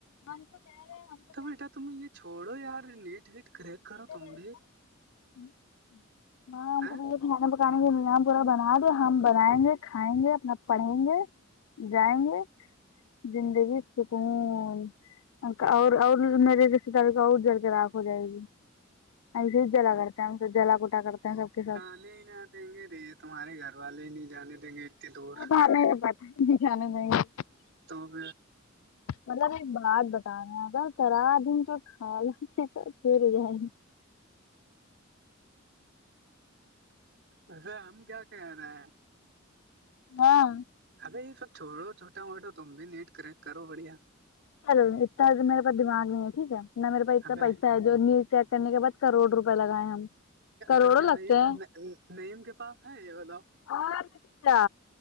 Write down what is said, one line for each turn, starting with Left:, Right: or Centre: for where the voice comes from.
Left: تو کہہ رہے ہیں ہم کو
Right: تو بیٹا تم یہ چھوڑو یار نیٹ وٹ کریک کرو
Left: وہیں
Right: تم بھی
Left: <inaudible>
Right: <inaudible>
Left: کھانا پکانے کا انتظام پورا بنا دو ہم بنائیں گے کھائیں گے اپنا پڑیں گے جائیں گے زندگی سکون اور اور میرے رشتے داریوں کا اور جل کے راکھ ہو جائے گی ایسے ہی جلا کرتے ہیں ہم سب جلا کوٹا کرتے ہیں سب کے سب
Right: <inaudible> دیں گے ری یہ تمہارے گھر والے نہیں جانے دیں گے اتنی دور
Left: <inaudible>
Right: تو <inaudible>
Left: مطلب ایک بات بتا رہے اگر کرا دن تو کھا جا پھر جائے گی
Right: ارے ہم کیا کہہ رہے ہیں
Left: ہاں
Right: ابہی یہ سب چھوڑو چھوٹا موٹا تم بھی نیٹ کریک کرو بڑھیا
Left: چلو اتنا تو میرے پاس دماغ نہیں ہے ٹھیک ہے نہ میرے پاس اتنا
Right: ابے
Left: پیسا ہے نیوز چیکنے کے بعد کروڑ روپئے لگائے ہم کروڑوں
Right: تو کیا
Left: لگتے
Right: نیم
Left: ہیں
Right: نیم کے پاس ہے یہ وہ لوگ
Left: اور کیا